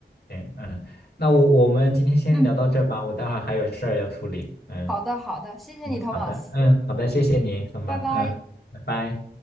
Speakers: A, on the left (about 60°); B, in the centre.
A: 行，嗯，那我我们今天先聊到这儿吧，
B: 嗯。
A: 我待会儿还有事儿要处理，嗯
B: 好的，好的，谢谢你，Thomas，
A: 嗯，好的，嗯好的，谢谢你，怎么，
B: 拜拜。
A: 嗯，拜拜。